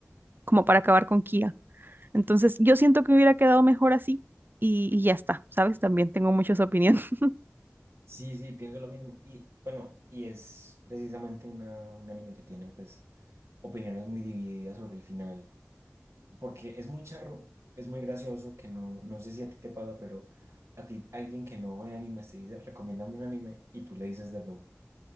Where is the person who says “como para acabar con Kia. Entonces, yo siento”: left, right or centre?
Right